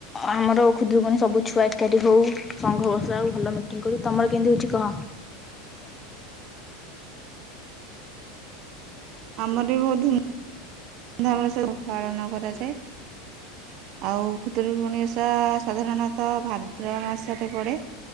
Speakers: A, on the left; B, on the right.
A: ଆମର ଖୁଦୁରୁକୁଣୀ ସବୁ ଛୁଆ ଏକାଠି ହୋଉ ସଂଘ ବସାଉ ଭଲ ମିଟିଙ୍ଗ କରୁ। ତମର କେନ୍ତି ହୋଉଚି କହ।
B: ଆମର ବି ବୋହୁ ଧୁମ୍ ଧୁମ୍ ଧାମ ସବୁ ପାଳନ କରାଯାଏ ଆଉ ଖୁଦୁରୁକୁଣୀ ଓଷା ସାଧାରଣତଃ ଭାଦ୍ରବ ମାସରେ ପଡ଼େ